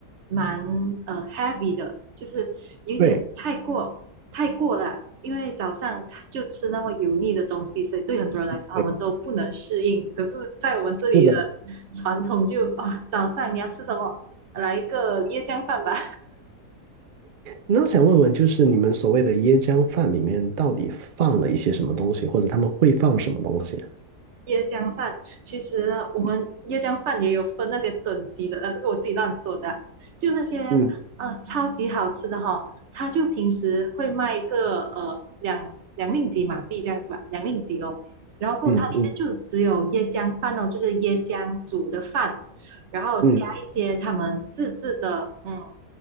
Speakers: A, on the right; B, on the right.
A: 蛮呃 heavy 的，就是有点太过太过了，
B: 对
A: 因为早上他就吃那么油腻的东西，所以对很多人来说，他们都不能适应。
B: 对，
A: 可是，在我们这里的传统就啊，
B: 是的。
A: 早上你要吃什么？来一个椰浆饭吧。
B: 那我想问问，就是你们所谓的椰浆饭里面到底放了一些什么东西，或者他们会放什么东西？
A: 椰浆饭，其实我们椰浆饭也有分那些等级的，呃，这个我自己乱说的啊就那些呃超级好吃的哈、
B: 嗯
A: 它就平时会卖一个呃两两令吉马币这样子吧，两令吉咯，然后过后它里面就只有椰浆饭哦，
B: 嗯嗯
A: 就是椰浆煮的饭，然后加一些他们自制的，
B: 嗯
A: 嗯，